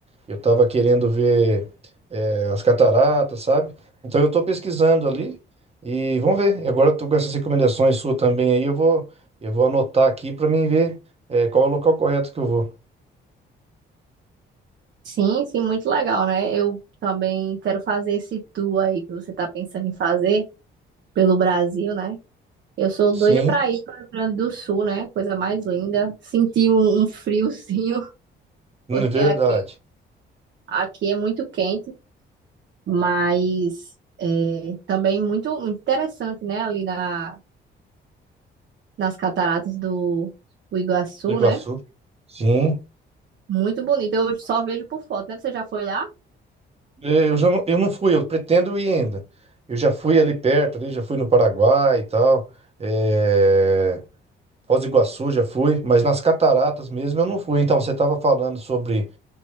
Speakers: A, on the right; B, on the right.
A: Eu tava querendo ver, é, as cataratas, sabe? Então eu tô pesquisando ali e vamos ver. E Agora eu tô com essas recomendações suas também aí, eu vou, eu vou anotar aqui para mim ver, é, qual é o local correto que eu vou.
B: Sim, sim, muito legal, né? Eu também quero fazer esse tour aí que você tá pensando em fazer pelo Brasil, né? Eu sou
A: Sim,
B: doida pra ir para o Rio Grande do Sul, né? Coisa mais linda. Senti um, um friozinho, <laughs> porque
A: verdade.
B: aqui, aqui é muito quente, mas é, também muito, muito interessante, né? Ali na, nas cataratas do, do Iguaçu,
A: Do Iguaçu.
B: né?
A: Sim.
B: Muito bonito. Eu só vejo por foto, né? Você já foi lá?
A: É, Eu já não, eu não fui, eu pretendo ir ainda. Eu já fui ali perto, ali, já fui no Paraguai e tal. É... Foz do Iguaçu já fui, mas nas cataratas mesmo eu não fui. Então, você estava falando sobre.